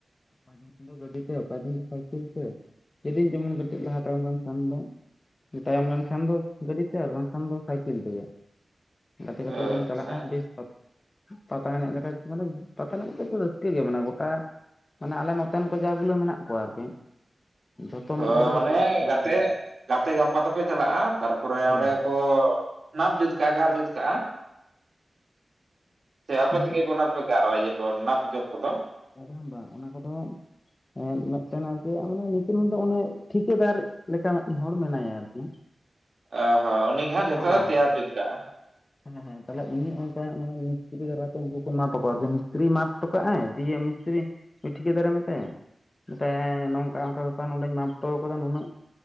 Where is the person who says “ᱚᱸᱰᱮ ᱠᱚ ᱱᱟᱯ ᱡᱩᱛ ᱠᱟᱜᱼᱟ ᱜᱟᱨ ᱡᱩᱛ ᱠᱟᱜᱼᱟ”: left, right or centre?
Right